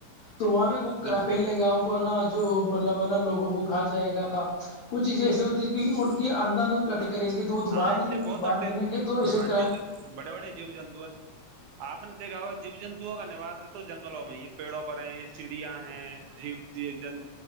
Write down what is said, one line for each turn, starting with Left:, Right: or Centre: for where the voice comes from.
Left: تو وہاں بھی وہ
Right: بالکل
Left: کر پھیلے گا وہ ہے نا جو مطلب ہے نا لوگوں کو کھا جائے گا <inaudible> کچھ چیزیں ایسی ہوتی ہیں کی ان کے اندھ اند کٹ کریں گے تو وہ تو
Right: ہاں
Left: باہر
Right: اس
Left: نکلیں
Right: سے
Left: گے
Right: بہت اٹیک
Left: باہر نکلیں گے تو <inaudible>
Right: ہاں
Left: کرائم
Right: کیونکہ بڑے بڑے جیب جنتو ہے <inaudible> آپ نے دیکھا ہوا جی جنتوؤں کا نوس ہے تو جنگلوں میں ہی ہے پیڑوں پر ہے یہ چڑیا ہیں جی <inaudible> یہ جن